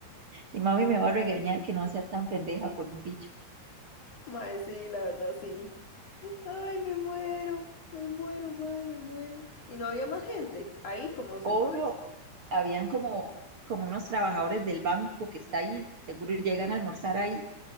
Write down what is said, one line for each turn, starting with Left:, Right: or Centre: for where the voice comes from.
Right: Y mami me va a regañar que no sea tan pendeja por un bicho.
Left: Mae, sí, la verdad, sí. Ay, me muero, me muero, mae, me muero. Y no había más gente ahí, como sentado.
Right: Obvio, habían como, como unos trabajadores del banco que está ahí, seguro llegan a almorzar ahí